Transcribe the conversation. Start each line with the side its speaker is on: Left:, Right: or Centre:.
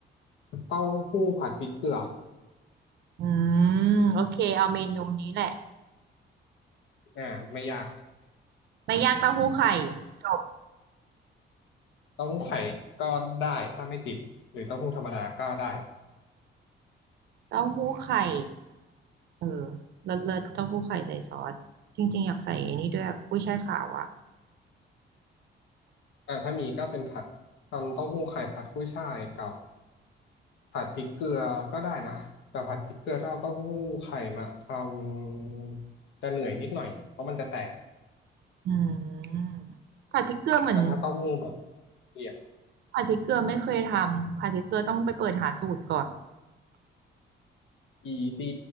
Left: เต้าหู้ผัดพริกเกลือ
Right: อืมโอเคเอาเมนูนี้แหละ
Left: อ่าไม่ยาก
Right: ไม่ยากเต้าหู้ไข่จบ
Left: เต้าหู้ไข่ก็ได้ถ้าไม่ติดหรือเต้าหู้ธรรมดาก็ได้
Right: เต้าหู้ไข่เออเลิศเลิศเต้าหู้ไข่ใส่ซอสจริงๆอยากใส่ไอันนี้ด้วยอะกุ้ยช่ายขาวอะ
Left: แต่าถ้ามีก็เป็นผัดทำเต้าหู้ไข่ผัดกุ้ยช่ายกับผัดพริกเกลือก็ได้นะแต่ผัดพริกเกลือถ้าเอาเต้าหู้ไข่มาทำจะเหนื่อยนิดหน่อยเพราะมันจะแตก
Right: อืมผัดพริกเกลือเหมือน
Left: แต่ถ้าเต้าหู้แบบเหลี่ยม
Right: ผัดพริกเกลือไม่เคยทำผัดพริกเกลือต้องไปเปิดหาสูตรก่อน
Left: e ีซี